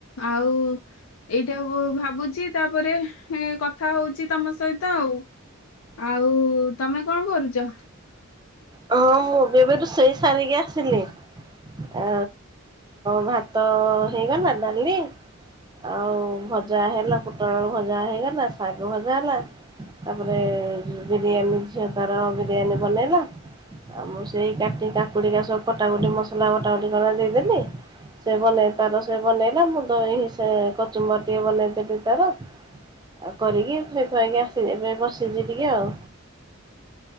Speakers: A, on the left; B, on the right.
A: ଆଉ ଏଇଟା ଭାବୁଛି ତାପରେ କଥା ହଉଛି ତମ ସହିତ ଆଉ ଆଉ ତମେ କଣ କରୁଚ?
B: ହଁ ମୁଁ ଏବେ ରୋଷେଇ ସାରିକି ଆସିଲି ଆ ଭାତ ହେଇଗଲା ଡାଲି ଆଉ ଭଜା ହେଲା ପୋଟଳ ଭଜା ହେଇଗଲା ଶାଗ ଭଜା ହେଲା ତାପରେ ବିରିୟାନୀ ଝିଅ ତାର ବିରିୟାନୀ ବନେଇଲା। ଆଉ ମୁଁ ସେଇ କା କାକୁଡିିକା ସବୁ କଟାକୁଟି ମସଲା କଟାକୁଟି କ ଦେଇଦେଲି ସେ ବେଇ ତାର ସେ ବନେଇଲା ମୁଁ ଦ ସେ କଚୁମ୍ବର ଟିକେ ବନେଇଦେଲି ତାର ଆଉ କରିକି ଥୋଇଥୁଆକି ଆସିଛି ଏବେ ବସିଛି ଟିକେ ଆଉ।